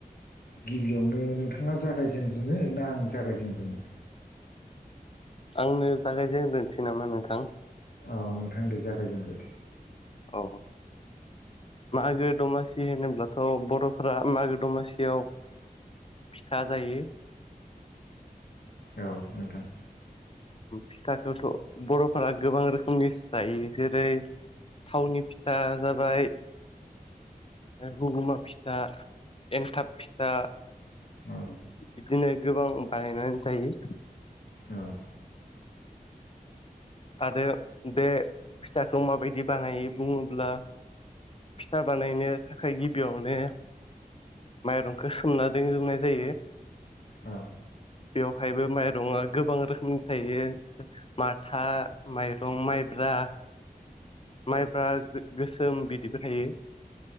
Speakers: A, on the left (about 80°); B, on the left (about 40°).
A: गिबियावनो नोंथाङा जागायजेनग्रोनो ना आं जागायजेनग्रोनो।
B: आंनो जागायजेनग्रोनोसै नामा नोंथां।
A: औ नोंथां दे जागायजेनदो।
B: औ मागो दमासि होनोब्लाथ' बर'फोरा मागो दमासियाव फिथा जायो।
A: औ नोंथां।
B: फिथाखौथ' बर'फोरा गोबां रोखोमनि जायो, जेरै थावनि फिथा जाबाय, रुगुमा फिथा, एंथाब फिथा,
A: औ
B: बिदिनो गोबां बानायनानै जायो।
A: औ
B: आरो बे फिथाखौ माबायदि बानायो बुङोब्ला फिथा बानायनो थाखाय गिबियावनो माइरंखौ सोमना दिनग्रोनाय जायो।
A: औ
B: बेवहायबो माइरंङा गोबां रोखोमनि थायो माथा, माइरं माइब्रा, माइब्रा गोसोम बिदिबो थायो।